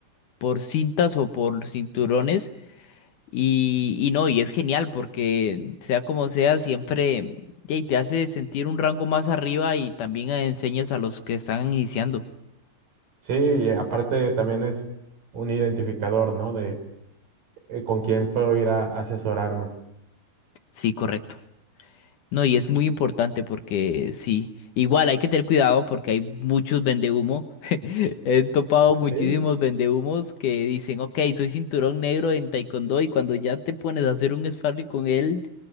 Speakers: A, on the left; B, on the right.
A: por cintas o por cinturones. Y, y no, y es genial porque sea como sea, siempre y te hace sentir un rango más arriba y también enseñas a los que están iniciando.
B: sí, y aparte también es un identificador, ¿no? De eh, con quién puedo ir a asesorarme.
A: Sí, correcto. No, y es muy importante porque sí, igual hay que tener cuidado porque hay muchos vendehumo. <laughs> He topado muchísimos
B: Sí.
A: vendehumos que dicen, ok, soy cinturón negro en taekwondo y cuando ya te pones a hacer un sparring con él,